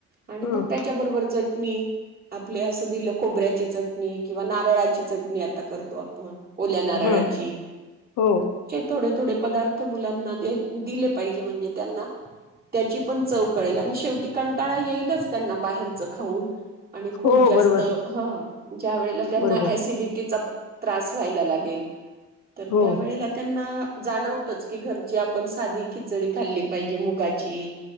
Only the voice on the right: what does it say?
आणि
मग त्याच्याबरोबर चट मी आ- हे असं दिलं खोबऱ्याची चट- णी किंवा नारळाची चटणी आता करतो आपण. ओल्या नारळाची
थोडे थोडे पदार्थ मुलांना दि दिले पाहिजे म्हणजे, त्यांना त्याची पण चव कळेल आणि शेवटी कंटाळा येईलच त्यांना बाहेरचं खाऊन. आणि खूप
जास्त
हा, ज्या वेळेला त्यांना
सिडिटीचा त्रास व्हायला लागेल. तर
त्यावेेळेला ना जाणवतच की घरची आपन साधी खिचडी खाल्ली पाहिजे मुगाची